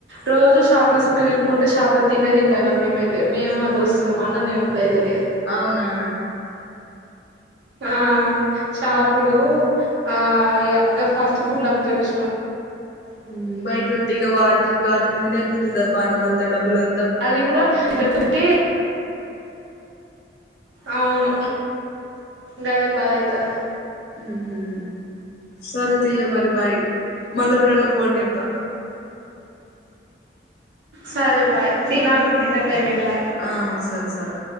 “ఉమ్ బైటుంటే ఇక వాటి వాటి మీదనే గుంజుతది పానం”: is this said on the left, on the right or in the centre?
Left